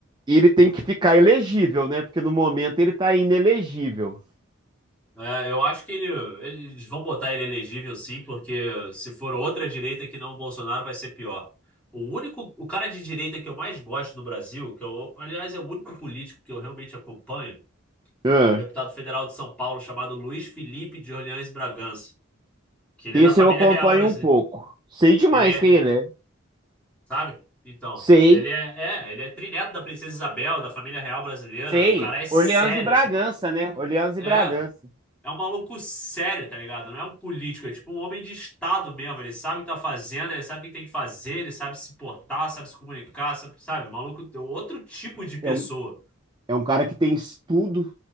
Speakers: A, on the right; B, in the centre.
A: ele tem que ficar elegível, né? Porque no momento ele tá inelegível.
B: É, eu acho que ele, eles vão botar ele elegível sim, porque se for outra direita que não o Bolsonaro, vai ser pior. O único, o cara de direita que eu mais gosto no Brasil, que eu, aliás, é o único político que eu realmente acompanho,
A: Ah,
B: é o deputado federal de São Paulo chamado Luiz Felipe de Orleans Bragança, que ele
A: Esse
B: é da família
A: eu acompanho
B: real brasileira.
A: um pouco. Sei demais
B: Ele é.
A: quem ele é.
B: Sabe? Então,
A: Sei,
B: ele é, é, ele é trineto da princesa Isabel, da família real brasileira,
A: sei.
B: e o cara é sério,
A: Orleans e Bragança,
B: sabe?
A: né? Orleans
B: É,
A: e Bragança.
B: é um maluco sério, tá ligado? Não é um político, é tipo um homem de Estado mesmo, ele sabe o que tá fazendo, ele sabe o que tem que fazer, ele sabe se portar, sabe se comunicar, sabe? sabe? O Maluco é outro tipo de pessoa.
A: É um É um cara que tem estudo,